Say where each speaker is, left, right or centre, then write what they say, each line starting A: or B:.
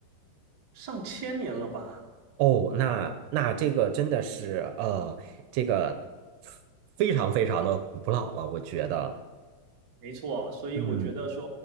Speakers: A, on the right (about 60°); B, on the right (about 80°).
A: 上千年了吧。
B: 哦，那那这个真的是呃，这个非常非常的古老了，我觉得。
A: 没错，所以我觉得说，
B: 嗯，